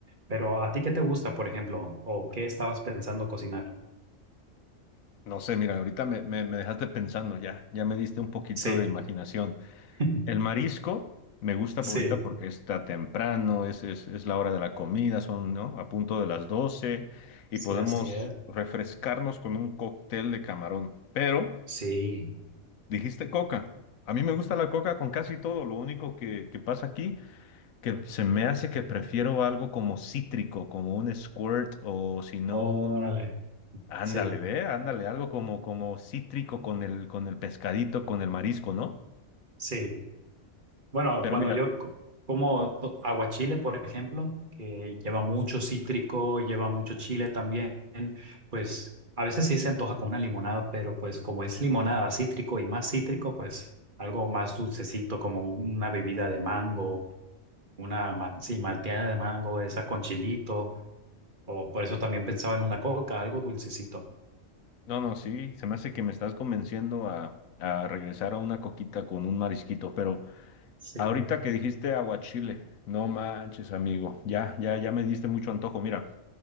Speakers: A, on the right; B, on the left.
A: Pero ¿a ti qué te gusta, por ejemplo? ¿O qué estabas pensando cocinar?
B: No sé, mira, ahorita me, me- me dejaste pensando ya, ya me diste un poquito
A: Sí,
B: de imaginación.
A: <laughs>
B: El marisco me gusta
A: sí,
B: por ahorita porque está temprano, es, es, es la hora de la comida, son, ¿no? A punto de las 12 y
A: sí,
B: podemos
A: así es.
B: refrescarnos con un cóctel de camarón, pero...
A: Sí.
B: Dijiste coca. A mí me gusta la coca con casi todo. Lo único que, que pasa aquí, que se me hace que prefiero algo como cítrico, como un squirt o si no
A: Órale,
B: un... Ándale,
A: sí,
B: ve, ándale, algo como, como cítrico con el, con el pescadito, con el marisco, ¿no?
A: sí. Bueno,
B: Pero
A: cuando
B: mira,
A: yo co- como to- aguachile, por ejemplo, que lleva mucho cítrico, lleva mucho chile también, pues a veces sí se antoja con una limonada, pero pues como es limonada cítrico y más cítrico, pues algo más dulcecito, como un- una bebida de mango, una, mal- sí, malteada de mango, esa con chilito, o por eso también pensaba en una coca, algo dulcecito.
B: no, no, sí, se me hace que me estás convenciendo a, a regresar a una coquita con un marisquito, pero
A: Sí.
B: ahorita que dijiste aguachile, no manches, amigo, ya, ya, ya me diste mucho antojo, mira.